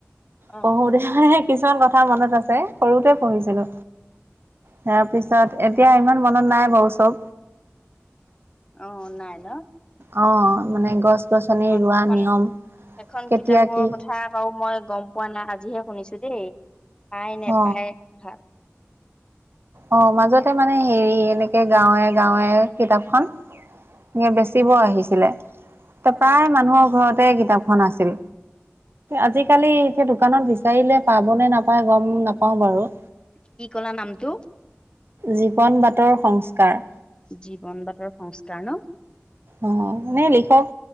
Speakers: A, on the left (about 20°); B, on the right (about 55°).
A: অ
B: পঢ়োতে মানে কিছুমান কথা মনত আছে সৰুতে পঢ়িছিলো তাৰ পিছ তাৰ এতিয়া ইমান মনত নাই বাৰু চব।
A: অঁ নাই ন।
B: অঁ মানে গছ। গছনি
A: সেইখন
B: ৰোৱা নিয়ম
A: সেইখন
B: কেতিয়া
A: কিতাপৰ
B: কি
A: কথা আৰু মই গম পোৱা নাই আজিহে। শুনিছো দেই পাই নেপায়
B: অ
A: ভাল।
B: অঁ মাজতে মানে হেৰি এনেকে গাঁৱে গাঁৱে কিতাপখন এনেকে বেচিবৰ আহিছিলে। এ প্ৰায়
A: অ
B: মানুহৰ ঘৰতে কিতাপখন আছিল আজিকালি। দোকানত বিচাৰিলে পাব নে নাপায় গম নাপাওঁ বাৰু
A: কি কলা নামটো।
B: জীৱন বাটৰ সংস্কাৰ।
A: জীৱন বাটৰ সংস্কাৰ ন।
B: অ এ লিখক